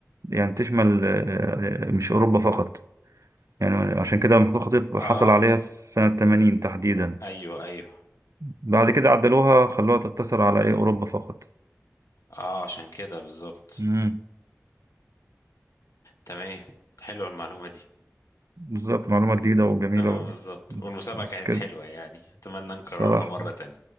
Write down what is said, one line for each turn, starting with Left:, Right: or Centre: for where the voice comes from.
Right: يعني تشمل آه، آه، مش أوروبا فقط يعني عشان كده محمود الخطيب
Left: اه
Right: حصل عليها سنة 80 تحديدا
Left: ايوه ايوه
Right: بعد كده عدلوها خلوها تقتصر على ايه أوروبا فقط
Left: اه عشان كده بالظبط
Right: مم.
Left: تمام حلوه المعلومة دي
Right: بالظبط معلومة جديدة وجميلة
Left: اه
Right: و...
Left: بالظبط والمسابقة
Right: بس
Left: كانت
Right: كده
Left: حلوة يعني اتمنى نكررها
Right: الصراحة
Left: مرة تانية